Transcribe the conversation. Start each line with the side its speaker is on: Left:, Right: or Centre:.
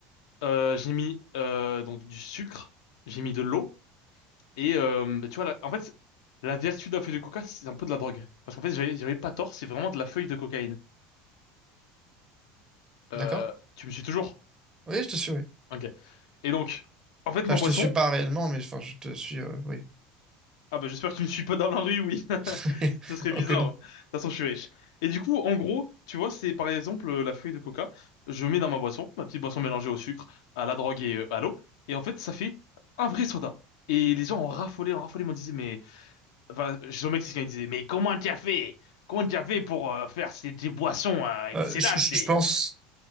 Left: Euh, j'ai mis euh, donc du sucre, j'ai mis de l'eau, et euh, bah, tu vois, la- en fait, la vertu de la feuille de coca, c'est un peu de la drogue. Parce qu'en fait, j'avais j'avais pas tort, c'est vraiment de la feuille de cocaïne. Euh,
Right: D'accord?
Left: tu me suis toujours?
Right: Oui, je te suis, oui.
Left: Ok. Et donc, en fait, ma
Right: Enfin,
Left: boisson,
Right: je te suis pas réellement, mais enfin, je te suis, euh, oui.
Left: Ah bah j'espère que tu me suis pas dans la rue, oui. <laughs>
Right: <laughs>
Left: Ce serait
Right: Ok,
Left: bizarre.
Right: non.
Left: hein. De toute façon, je suis riche. Et du coup, en gros, tu vois, c'est par exemple euh, la feuille de coca. Je mets dans ma boisson, ma petite boisson mélangée au sucre, à la drogue et euh, à l'eau. Et en fait, ça fait un vrai soda. Et les gens ont raffolé, ont raffolé, m'ont disait, mais... Enfin, je mec, c'est ce qu'ils disaient, mais comment tu as fait? Comment tu as fait pour euh, faire ces, des boissons euh, excellentes?
Right: Euh, je, je- je pense,